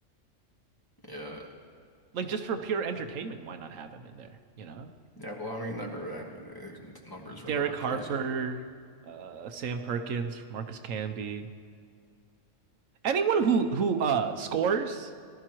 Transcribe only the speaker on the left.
Yeah,
yeah. Well, I mean, never. I mean, it- numbers were
never
crazy.